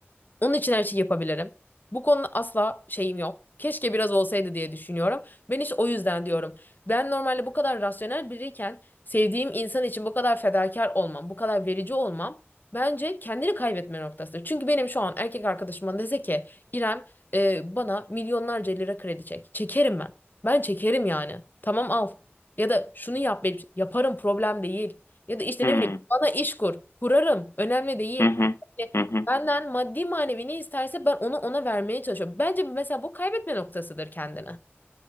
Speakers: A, on the left; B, on the left.
A: onun için her şeyi yapabilirim. Bu konuda asla şeyim yok. Keşke biraz olsaydı diye düşünüyorum. Ben hiç o yüzden diyorum. Ben normalde bu kadar rasyonel biriyken sevdiğim insan için bu kadar fedakar olmam, bu kadar verici olmam bence kendini kaybetme noktasıdır. Çünkü benim şu an erkek arkadaşıma dese ki İrem e, bana milyonlarca lira kredi çek. Çekerim ben. Ben çekerim yani. Tamam al. Ya da şunu yap benim için. Yaparım problem değil. Ya da işte
B: Hmm,
A: ne bileyim bana iş kur. Kurarım. Önemli değil.
B: Hı hı. Hı hı.
A: Benden maddi manevi ne isterse ben onu ona vermeye çalışıyorum. Bence mesela bu kaybetme noktasıdır kendine.